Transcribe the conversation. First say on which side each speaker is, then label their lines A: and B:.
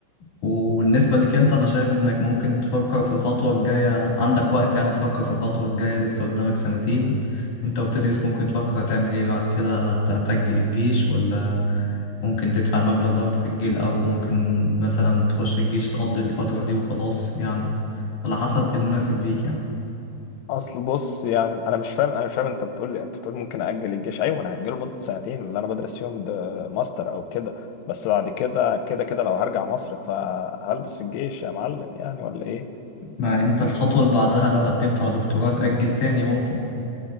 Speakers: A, on the left (about 50°); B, on the left (about 80°).
A: وبالنسبة ليك أنت أنا شايف إنك ممكن تفكر في الخطوة الجاية عندك وقت يعني تفكر في الخطوة الجاية لسه قدامك سنتين أنت وبتدرس ممكن تفكر هتعمل إيه بعد كده هت- هتأجل الجيش ولا ممكن تدفع المبلغ ده وتأجل أو ممكن مثلا تخش الجيش تقضي الفترة دي وخلاص يعني على حسب المناسب ليك يعني
B: اصل بص يعني انا مش فاهم انا مش فاهم انت بتقول لي انت بتقول ممكن اجل الجيش ايوه انا هاجله لمده سنتين اللي انا بدرس فيهم ده ماستر او كده بس بعد كده كده كده لو هرجع مصر فهلبس في الجيش يا معلم يعني ولا ايه
A: ما انت الخطوة اللي بعدها لو قدمت على دكتوراه تأجل تاني ممكن